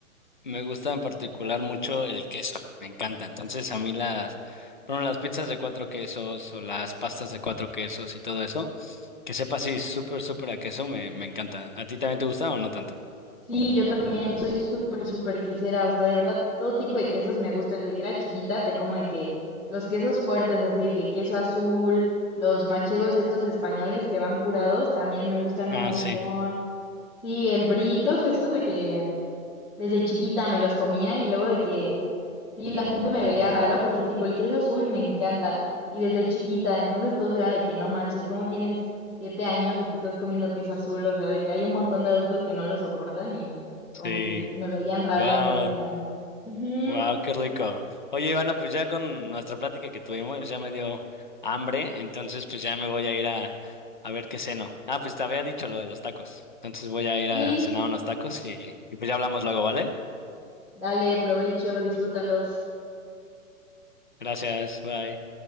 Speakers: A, on the left; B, in the centre.
A: Me gusta en particular mucho el queso, me encanta. Entonces a mí las, bueno, las pizzas de cuatro quesos o las pastas de cuatro quesos y todo eso, que sepa así súper, súper a queso, me, me encanta. ¿A ti también te gusta o no tanto?
B: Sí, yo también soy súper, súper quesera, o sea, de verdad, todo tipo de quesos me gusta. Desde que era chiquita, te como de que los quesos fuertes, así de que queso azul, los manchegos estos españoles que van curados, también me gustan un
A: Ah,
B: montón.
A: sí,
B: Sí, el britos, esos de que desde chiquita me los comía y luego de que Sí, la gente me veía raro porque tipo el queso azul me encanta y desde chiquita, entonces todo era de que no manches, ¿cómo tienes siete años y te estás comiendo queso azul? O sea, de que hay un montón de adultos que no lo soportan y como
A: sí.
B: que sí, me veían raro
A: Wow,
B: a mí de niña. Ujú,
A: wow, qué rico. Oye, Ivana, pues ya con nuestra plática que tuvimos ya me dio hambre, entonces pues ya me voy a ir a, a ver qué ceno. Ah, pues te había dicho lo de los tacos. Entonces voy a ir
B: Sí,
A: a cenar unos tacos y, y pues ya hablamos luego, ¿vale?
B: dale provecho, disfrútalos.
A: Gracias, bye.